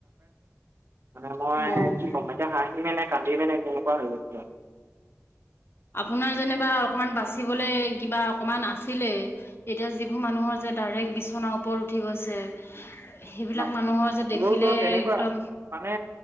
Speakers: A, on the right; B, on the left.
A: মানে মই
B: অ',
A: কি কম এতিয়া হাঁহি মেনে কান্দি মেনে তেনেকুৱা হৈ গৈছিল আৰু
B: আপোনাৰ যেনিবা অকমান বাচিবলৈ কিবা অকমান আছিলে। এতিয়া যিবোৰ মানুহৰ যে ডাইৰেক্ট বিছনাৰ ওপৰত উঠি গৈছে। সেইবিলাক
A: না
B: মানুহৰ যে
A: মোৰোতো
B: দেখিলে
A: তেনেকুৱা
B: একদম
A: মানে